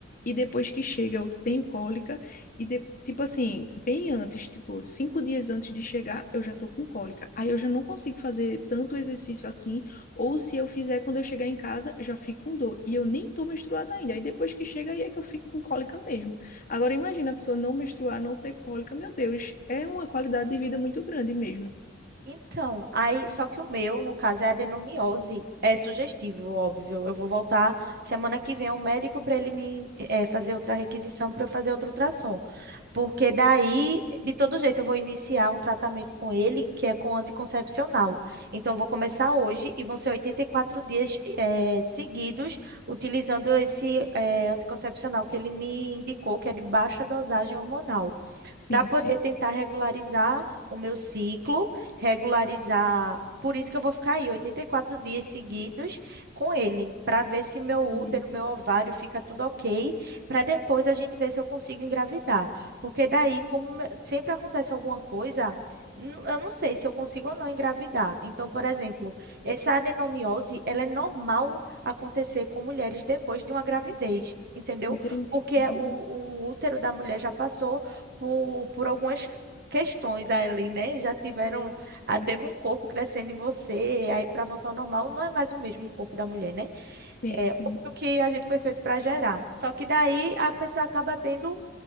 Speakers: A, on the left (about 45°); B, on the right (about 55°).
A: e depois que chega eu tenho cólica, e de- tipo assim, bem antes, tipo, cinco dias antes de chegar, eu já tô com cólica. Aí eu já não consigo fazer tanto exercício assim ou se eu fizer quando eu chegar em casa, já fico com dor. E eu nem tô menstruada ainda. Aí depois que chega, aí é que eu fico com cólica mesmo. Agora imagina a pessoa não menstruar, não ter cólica. Meu Deus, é uma qualidade de vida muito grande mesmo.
B: Então, aí, só que o meu, no caso, é adenomiose. É sugestivo, óbvio. Eu vou voltar semana que vem ao médico para ele me eh, fazer outra requisição para eu fazer outro ultrassom. Porque daí, de todo jeito, eu vou iniciar um tratamento com ele, que é com anticoncepcional. Então, eu vou começar hoje e vão ser 84 dias eh, seguidos utilizando esse eh, anticoncepcional que ele me indicou, que é de baixa dosagem hormonal
A: Sim,
B: para poder
A: sim.
B: tentar regularizar o meu ciclo, regularizar. Por isso que eu vou ficar aí 84 dias seguidos com ele, para ver se meu útero,
A: Entendi.
B: meu ovário fica tudo ok, para depois a gente ver se eu consigo engravidar. Porque daí, como me- sempre acontece alguma coisa, n- eu não sei se eu consigo ou não engravidar. Então, por exemplo, essa adenomiose, ela é normal acontecer com mulheres depois de uma gravidez, entendeu?
A: Entendi,
B: Porque
A: entendi.
B: o, o útero da mulher já passou por, por algumas questões ali, né? Já tiveram,
A: entendi.
B: ah, teve um corpo crescendo em você, aí para voltar ao normal não é mais o mesmo corpo da mulher, né?
A: Sim,
B: É
A: sim.
B: o que a gente foi feito para gerar. Só que daí a pessoa acaba tendo